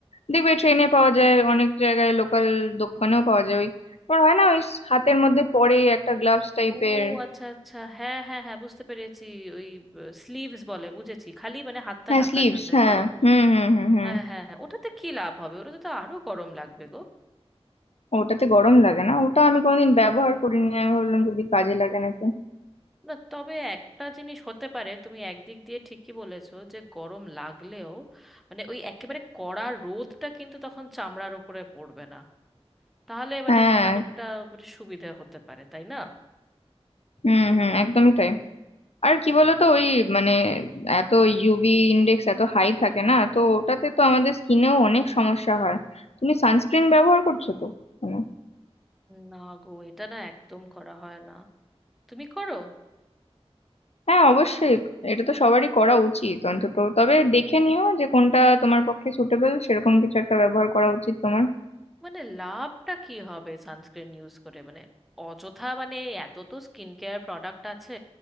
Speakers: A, on the left; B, in the centre.
A: দেখবে ট্রেনে পাওয়া যায় অনেক জায়গায় লোকাল দোকানেও পাওয়া যায় ওই তোমার হয় না ওই হাতের মধ্যে পরে একটা গ্লাভস টাইপের
B: ও আচ্ছা আচ্ছা হ্যাঁ হ্যাঁ হ্যাঁ বুঝতে পেরেছি ওই স্লিভস বলে বুঝেছি খালি মানে হাতটা
A: হ্যাঁ
B: ঢাকার
A: স্লিভস
B: জন্য
A: হ্যাঁ
B: তো
A: হুম হুম হুম হুম
B: হ্যাঁ হ্যাঁ হ্যাঁ ওটাতে কি লাভ হবে ওটাতে তো আরো গরম লাগবে গো
A: ওটাতে গরম লাগে না ওটা আমি কোনোদিন ব্যবহার করিনি আমি ভাবলাম যদি কাজে লাগে নাকি
B: না তবে একটা জিনিস হতে পারে তুমি একদিক দিয়ে ঠিকই বলেছো যে গরম লাগলেও মানে ওই একেবারে কড়া রোদটা কিন্তু তখন চামড়ার ওপরে পড়বে না তাহলে মানে
A: হ্যাঁ
B: খানিকটা মানে সুবিধা হতে পারে তাই না
A: হুম হুম একদমই তাই আর কি বলতো ওই মানে এত ইউভি ইন্ডেক্স এত হাই থাকে না তো ওটাতে তো আমাদের স্কিনেও অনেক সমস্যা হয় তুমি সানস্ক্রিন ব্যবহার করছো তো মানে
B: না গো এটা না একদম করা হয় না তুমি করো
A: হ্যাঁ অবশ্যই এটা তো সবারই করা উচিত অন্তত তবে দেখে নিও যে কোনটা তোমার পক্ষে সুটেবল সেরকম কিছু একটা ব্যবহার করা উচিত তোমার
B: মানে লাভটা কি হবে সানস্ক্রিন ইউজ করে মানে অযথা মানে এত তো স্কিন কেয়ার প্রোডাক্ট আছে